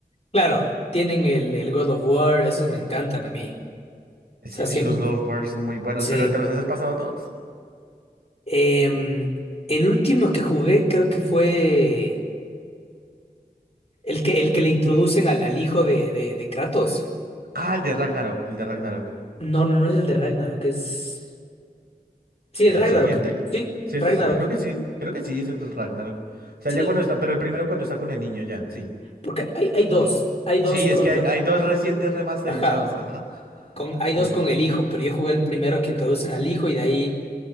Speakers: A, on the left (about 40°); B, on the right (about 85°).
A: Claro, tienen el, el God of War, esos me encantan a mí.
B: Es
A: O sea,
B: que
A: siempre,
B: uy, los God of War son muy buenos,
A: sí.
B: pero ¿te los has pasado todos?
A: Em, el último que jugué creo que fue el que, el que le introducen al, al hijo de, de, de Kratos.
B: Ah, el de Ragnarok, el de Ragnarok.
A: No, no, no es el de Ragnarok, es... Sí, el
B: ¿El
A: Ragnarok,
B: siguiente?
A: sí,
B: Sí,
A: Ragnarok.
B: ese es- creo que sí, creo que sí, es el de Ragnarok. O sea,
A: Sí.
B: ya cuando está, pero el primero cuando está con el niño, ya, sí.
A: Porque hay, hay dos, hay dos
B: Sí,
A: con,
B: es que hay, hay dos recientes remasterizados,
A: ajá,
B: ajá.
A: con, hay dos
B: Eh,
A: con
B: c-
A: el hijo, pero yo jugué el primero que introducen al hijo y de ahí